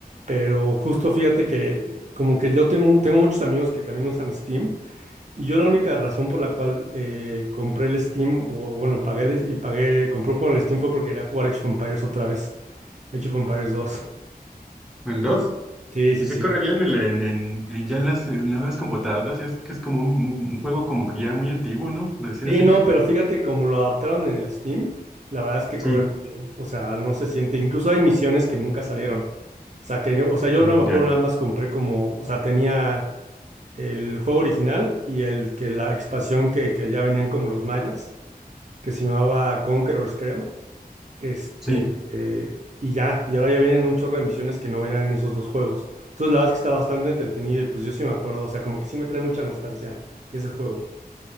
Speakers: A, on the right (about 50°); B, in the centre.
A: Pero justo fíjate que como que yo tengo, tengo muchos amigos que también usan Steam y yo la única razón por la cual eh, compré el Steam, o bueno, pagué el- y pagué, compré un juego en el Steam fue porque quería jugar Age of Empires otra vez, Age of Empires dos.
B: El dos
A: Sí, sí,
B: Y se
A: sí.
B: corre bien el- en, en- en- ya en las, en las computadoras, ya es que es como un, un juego como que ya muy antiguo, ¿no? Por decir
A: Sí,
B: así.
A: no, pero fíjate como lo adaptaron en el Steam, la verdad es que
B: Sí,
A: corre muy bien, o sea, no se siente, incluso hay misiones que nunca salieron. O sea, que yo, o sea, yo
B: mm,
A: no me acuerdo,
B: ya.
A: nada más compré como, o sea, tenía el juego original y el que la expansión que, que ya venían como los mayas, que se llamaba Conquerors, creo. Este,
B: Sí.
A: eh, y ya, y ahora ya vienen un chorro de misiones que no venían en esos dos juegos. Entonces, la verdad es que está bastante entretenido y pues yo sí me acuerdo, o sea, como que sí me trae mucha nostalgia ese juego.